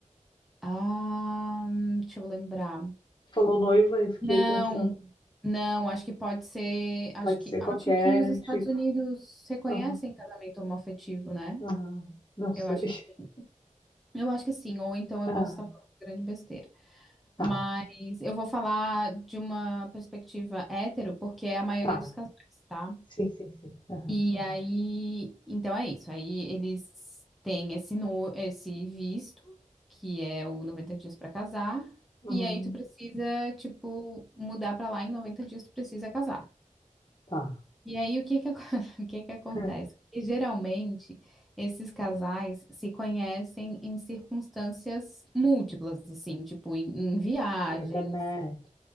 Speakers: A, in the centre; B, on the left (about 35°).
A: ah, hum, deixa eu lembrar.
B: Tu Falou noiva e fiquei
A: Não,
B: pensando.
A: não, acho que pode ser. Acho
B: Pode
A: que,
B: ser
A: acho
B: qualquer
A: que os Estados
B: tipo.
A: Unidos reconhecem
B: Aham,
A: casamento homoafetivo, né?
B: aham. Não sei.
A: Eu acho
B: <laughs>
A: que sim. Eu acho que sim, ou então eu
B: Ah,
A: posso estar falando grande besteira.
B: tá,
A: Mas eu vou falar de uma perspectiva hétero, porque é a maioria
B: tá.
A: dos casais, tá?
B: Sim, sim, sim. Aham.
A: E aí, então é isso. Aí eles têm esse, no, esse visto, que é o noventa dias pra casar,
B: Uhum.
A: e aí tu precisa, tipo, mudar pra lá em 90 dias tu precisa casar.
B: Tá.
A: E aí, o que que, acon- <laughs> o que que acontece?
B: <laughs>
A: Porque geralmente esses casais se conhecem em circunstâncias múltiplas, assim, tipo em, em viagens.
B: Na internet.